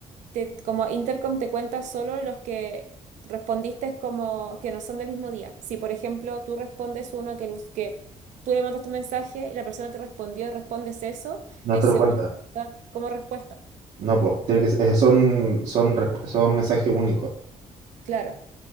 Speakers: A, on the right (about 75°); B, on the right (about 65°).
A: te, como Intercom te cuenta solo los que respondiste como que no son del mismo día. Si, por ejemplo, tú respondes uno que, los- que tú le mandas tu mensaje y la persona te respondió y respondes eso,
B: No
A: el
B: te
A: segundo
B: lo cuentas.
A: da como respuesta.
B: No, pues, tiene que ser- eh, son, son, resp- son mensajes únicos.
A: Claro.